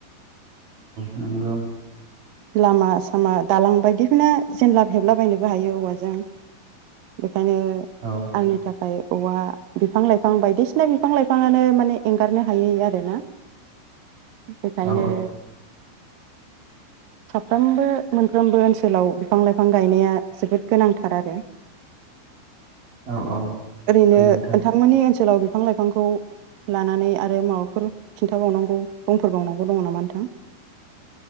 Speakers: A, on the right; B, on the right.
A: नोंगौ
B: लामा सामा दालां बायदिखौनो जेनलाब हेबलाबायनोबो हायो औवाजों।
A: <inaudible>
B: बेखायनो
A: औ
B: आंनि थाखाय औवा बिफां लाइफां बायदिसिना बिफां लाइफाङानो माने एंगारनो हायै आरोना बेखायनो
A: औ
B: साफ्रोमबो मोनफ्रोमबो ओनसोलाव बिफां लाइफां गायनाया जोबोद गोनांथार आरो
A: <inaudible> औ
B: ओरैनो
A: गोनांथार
B: नोंथांमोननि ओनसोलाव बिफां लाइफांखौ लानानै आरो माबाफोर खिन्थाबावनांगौ बुंफोरबावनांगौ दङ नामा नोंथां?